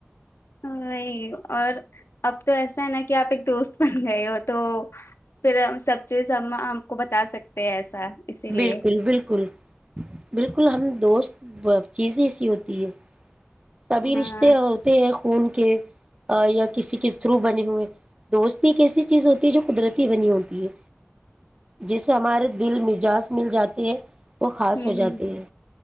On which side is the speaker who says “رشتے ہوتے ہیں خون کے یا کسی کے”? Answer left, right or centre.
Right